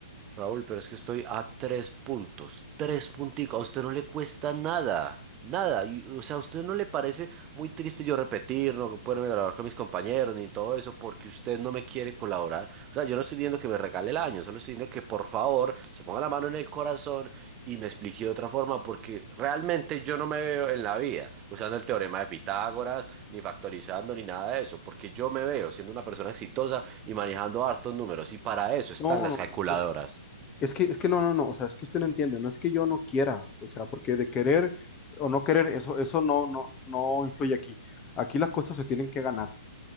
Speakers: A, on the right; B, on the left.
A: Raúl, pero es que estoy a tres puntos, tres punticos, a usted no le cuesta nada, nada, y, o sea, a usted no le parece muy triste yo repetir, no poderme grabar con mis compañeros ni todo eso, porque usted no me quiere colaborar, o sea, yo no estoy diciendo que me regale el año, solo estoy diciendo que por favor se ponga la mano en el corazón y me explique de otra forma, porque realmente yo no me veo en la vida usando el teorema de Pitágoras, ni factorizando, ni nada de eso, porque yo me veo siendo una persona exitosa y manejando hartos números, y para eso están
B: No,
A: las
B: no,
A: calculadoras.
B: es Es que, es que no, no, no, o sea, es que usted no entiende, no es que yo no quiera, o sea, porque de querer o no querer, eso, eso no, no, no influye aquí. Aquí las cosas se tienen que ganar.